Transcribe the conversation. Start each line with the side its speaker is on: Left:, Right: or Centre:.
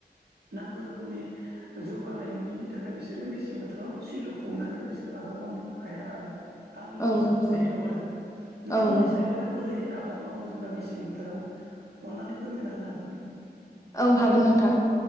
Right: नांगौ रोखोमनि जौगानाय नंङिनि थाखाय बिसोरो मेसें बोथोराव सिलुफबनानैबो बिसोरो आबाद मावनो हाया आरो। आंनि
Left: औ
Right: ओनसोल
Left: नंगौ
Right: सायाव
Left: नोंथां
Right: आरो नोंथांमोननि
Left: औ नंगौ
Right: साइडआवहाय बोरैहाय आब आबाद मावो जेनेबा मेसें बोथोराव अननानै फोरमायना होनो हागोन ना
Left: औ हागोन नोंथां